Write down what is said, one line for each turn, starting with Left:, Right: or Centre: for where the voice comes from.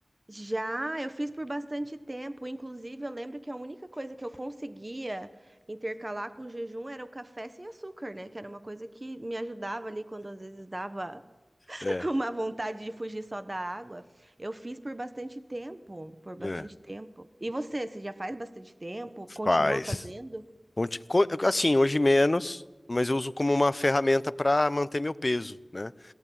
Right: Já, eu fiz por bastante tempo. Inclusive, eu lembro que a única coisa que eu conseguia intercalar com o jejum era o café sem açúcar, né? Que era uma coisa que me ajudava ali quando às vezes dava <laughs>
Left: É.
Right: Uma vontade de fugir só da água. Eu fiz por bastante tempo, por bastante
Left: É.
Right: tempo. E você, você já faz bastante tempo?
Left: Faz.
Right: Continua fazendo?
Left: Conti- co- Assim, hoje menos, mas eu uso como uma ferramenta para manter meu peso, né?